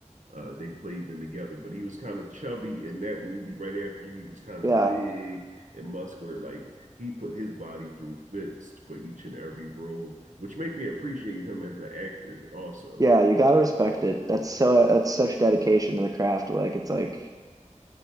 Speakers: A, on the right; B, on the right.
A: Uh, they played them together, but he was kind of chubby in that movie. Right after he was kind
B: Yeah,
A: of big and muscular, like he put his body through fits for each and every role, which make me appreciate him as an actor. Also,
B: yeah, you gotta respect it. That's so, that's such dedication to the craft. Like, it's like,